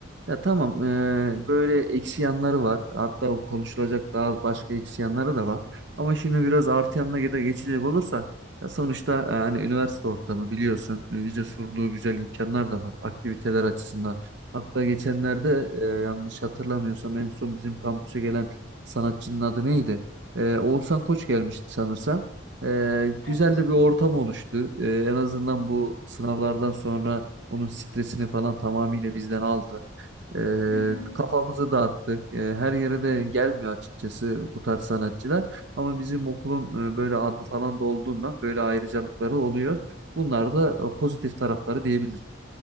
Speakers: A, on the right; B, on the left.
A: Ya tamam eee, böyle eksi yanları var. Hatta konuşulacak daha başka eksi yanları da var. Ama şimdi biraz artı yanına da geçecek olursa ya sonuçta e, hani üniversite ortamı biliyorsun e, bize sunduğu güzel imkanlar da var aktiviteler açısından. Hatta geçenlerde e, yanlış hatırlamıyorsam en son bizim kampüse gelen sanatçının adı neydi? E, Oğuzhan Koç gelmişti sanırsam. E,
B: Evet.
A: güzel de bir ortam oluştu. E, en azından bu sınavlardan sonra onun stresini falan tamamıyla bizden aldı. Ee,
B: Hı hı.
A: kafamızı dağıttık. Ee, her yere de gelmiyor açıkçası bu tarz sanatçılar. Ama bizim okulun e, böyle adı falan da olduğundan böyle ayrıcalıkları oluyor. Bunlar da e, pozitif tarafları diyebilirim.